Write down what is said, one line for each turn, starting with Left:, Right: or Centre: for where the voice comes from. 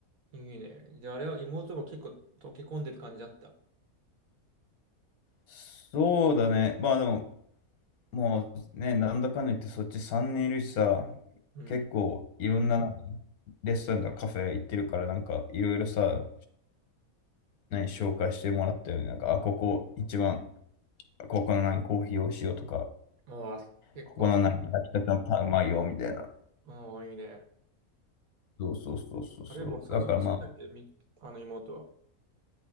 Right: いいね。じゃあ、あれは妹も結構溶け込んでる感じだった。
Left: そうだね。まあでも、もうね、なんだかんだ言ってそっち3年いるしさ、
Right: うん。
Left: 結構いろんななんかレストランとかカフェ行ってるから、なんかいろいろさ、何紹介してもらったよね。なんか、あ、ここ一番、ここの何コーヒーをしようとか、
Right: ああ、結構し、
Left: ここの何焼きたてのパンうまいよみたいな。
Right: ああ、いいね。
Left: そうそうそうそうそう。
Right: あれもう卒業式だっけみ、
Left: だからまあ、
Right: あの妹は。